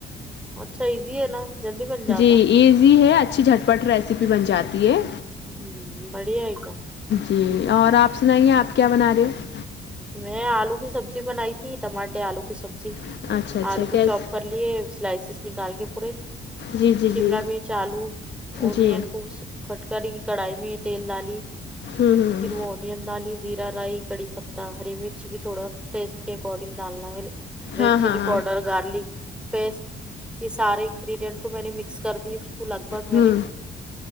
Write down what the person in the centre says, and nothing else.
اچھا ایزی ہے نا جلدی بن جاتا
ہوں بڑھیا ایک دم
میں آلو کی سبزی بنائی تھی ٹماٹے آلو کی سبجی
آلو
کو چوپ کر لیے سلائسیز نکال کے پورے
شیملا
مرچ آلو انیوں
کٹ کری کڑھائی میں تیل ڈالی
پھر وہ این <unintelligible> دالی زیرا رائی کڑی پتا ہری مرچ بھی تھوڑا ٹیسٹ کے اکارڈنگ ڈالنا ہے ریڈ
چلی
پاؤڈر گارلک پیسٹ یہ سارے انگریڈنٹ کو میں نے مکس کر دی تو لگ بھگ میں
نے